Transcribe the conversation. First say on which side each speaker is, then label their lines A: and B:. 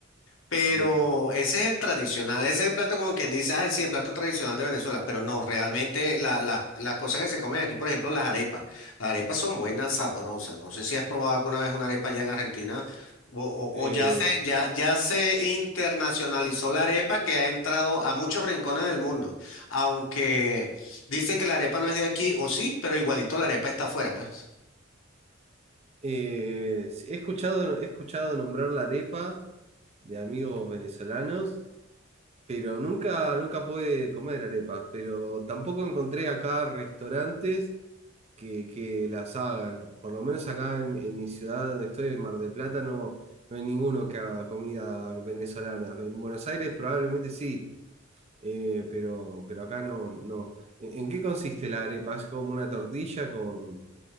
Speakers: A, on the left; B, on the right.
A: Pero
B: Bien.
A: ese es el tradicional, ese es el plato como quien dice, ay, sí, el plato tradicional de Venezuela, pero no, realmente la- la- las cosas que se comen aquí, por ejemplo, las arepas, las arepas son buenas, sabrosas, no sé si has probado alguna vez una arepa allá en Argentina o, o-
B: Eh,
A: o ya se, ya, ya se internacionalizó la arepa que ha entrado a muchos rincones del mundo, aunque dicen que la arepa no es de aquí, o sí, pero igualito la arepa está afuera, pues.
B: eh, sí, he escuchado, he escuchado nombrar la arepa de amigos venezolanos. pero nunca, nunca pude comer arepas, pero tampoco encontré acá restaurantes que, que las hagan. Por lo menos acá en, en mi ciudad donde estoy, en Mar del Plata, no, no hay ninguno que haga comida venezolana. En Buenos Aires probablemente sí, eh, pero, pero acá no, no. ¿En, en qué consiste la arepa? ¿Es como una tortilla con...